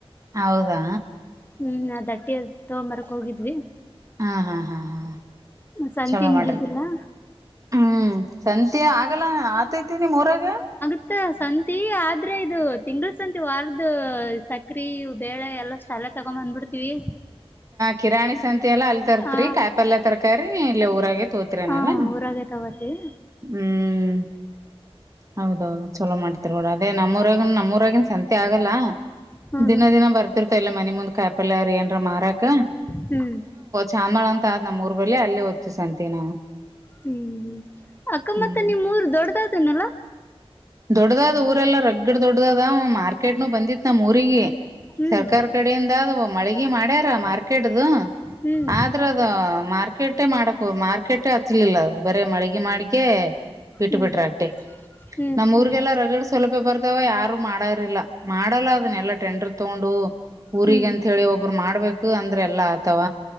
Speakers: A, on the right; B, on the left.
A: ಹೌದಾ
B: ಹ್ಮ್ ನ ದಟ್ಟಿ ತಗೊ್ಂಬರಕ್ ಹೋಗಿದ್ವಿ
A: ಹಾ ಹಾ ಹಾ ಹಾ
B: ಸಂತಿ
A: ಚಲೋ
B: ನಿದ್ದಿದ್ದರಾ
A: ಮಾಡ್ರಿ ಹ್ಮ್ ಸಂತೆ ಆಗಲ್ಲ ಆತೈತಿನಿ ಊರಾಗ
B: ತ್ತ ಸಂತಿ ಆದ್ರೆ ಇದು ತಿಂಗಗಳ ಸಂತಿ ವಾರ್ದ ಸಕ್ರೆ ಬೇಳೆ ಎಲ್ಲ ಸಾಲ ತಗೊ ಬಂದ್ಬಿಡ್ತೀವಿ
A: ಕಿರಾಣಿ ಸಂತೆ ಅಲ್ಲಾ ಅಲ್ಲಿ ತರ್ತ್ರಿ
B: ಹ
A: ಕಾಯಿ ಪಲ್ಯ ತರ್ಕ್ರರಿ ಇಲ್ಲ ಊರಾಗೆ ತೋತ್ರಿನಲ್ಲ
B: ಹ ಊರಾಗೆ ತಗೋತಿವಿ
A: ಹ್ಮ್ ಹೌದೌದು ಚಲೋ ಮಾಡ್ತಿರ್ೂಡ ಅದೇ ನಮ್ಮೂಊರಗನ್ ನಮ್ಮೂಊರಾಗಿನ್ ಸಂತೆ ಆಗಲ್ಲ
B: ಹ್ಮ್
A: ದಿನ ದಿನ ಬರ್ತಿರ್ತ ಇಲ್ಲ ಮನಿ ಮುಂದ್ ಕಾಯಪಲ್ಲಾರ ಏನ್ರ ಮಾರಾಕ
B: ಹ್ಮ್
A: ಚಾಮಳ ಅಂತ ಆದ್ ನಮ್ಮ ಊರ್ ಬಳಿ ಅಲ್ಲಿ ಓದ್ತ್ಂತ ನಾವು
B: ಹ್ಮ್ ಅಕ್ಕ
A: ಹ್ಮ್
B: ಮತ್ತ ನಿಮ್ ಮೂರು ದೊಡ್ಡದತನಲ್ಲಾ
A: ದೊಡದ ಅದ್ ಊರೆಲ್ಲ ರಗ್ಗಡ ದೊಡ್ಡ್ದದ ಮಾರ್ಕೆಟ್ನು ಬಂದಿತ್ ನಮ್ಮ ಊರಿಗೆ
B: ಹ್ಮ್
A: ಸರ್ಕಾರ ಕಡೆಯಿಂದಾದ ಮಳಗಿ ಮಾಡ್ಯಾರ ಮಾರ್ಕೆಟ್್ದ
B: ಹ್ಮ್
A: ಆದ್ರ ಅದ ಮಾರ್ಕೆಟೇ ಮಾಡಕ್ ಮಾರ್ಕೆಟೇ ಹಚ್ಲಿಲ್ಲ ಬರೇ ಮಳಿಗೆ ಮಾಡಿಕೆ ಬಿಟ್ಟ
B: ಹ್ಮ್
A: ಬಿಟ್ರ ಅಟ್ಟೆ
B: ಹ್ಮ್
A: ನಮ್ಮ್ ಊರ್ಗೆಲ್ಲಾ
B: ಹ್ಮ್
A: ರಗಳಗಳಸ ಸ್ವಲಭ ಬರ್ತಾವ ಯಾರು ಮಾಡಾರಿಲ್ಲ ಮಾಡಲ್ಲ ಅದನ್ನೆಲ್ಲಾ ಟೆಂಡರ್ ತಗೊಂಡು ಊರಿಗೆಂತ
B: ಹ್ಮ್ ಹ್ಮ್
A: ಹೇಳಿ ಒಬ್ಬರು ಮಾಡ್ಬೇಕು ಅಂದ್ರೆ ಎಲ್ಲಾ ಆತಾವ